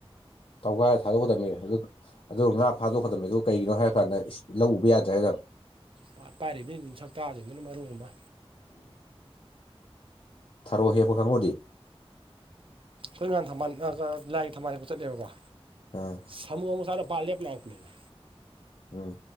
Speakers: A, on the left; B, on the right.
A: ꯇꯧꯒꯥꯏꯔ ꯊꯥꯗꯣꯛꯀꯗꯕꯅꯤ ꯑꯗꯨ ꯑꯗꯨ ꯉꯥ ꯐꯥꯗꯣꯛꯀꯗꯕꯅꯤ ꯑꯗꯨ ꯀꯩꯒꯤꯅꯣ ꯍꯥꯏꯔ ꯀꯥꯟꯗ ꯂꯧ ꯎꯕ ꯌꯥꯗ꯭ꯔꯦ ꯍꯥꯏꯗ
B: ꯄꯥꯠ ꯄꯥꯏꯔꯤꯕ ꯁꯛꯇꯥꯁꯤꯡꯗꯨꯅ ꯃꯔꯨ ꯑꯃ
A: ꯊꯔꯣ ꯍꯦꯄ ꯈꯉꯨꯗꯤ
B: ꯑꯩꯈꯣꯏꯥꯟ ꯊꯝꯕꯥꯜ ꯂꯥꯏꯒꯤ ꯊꯝꯕꯥꯜꯁꯦ ꯆꯠꯂꯦꯕꯀꯣ
A: ꯑ
B: ꯁꯥꯃꯨ ꯑꯃꯨꯄ ꯕꯥꯜ ꯂꯦꯞ ꯂꯥꯛꯄꯅꯦꯅ
A: ꯎꯝ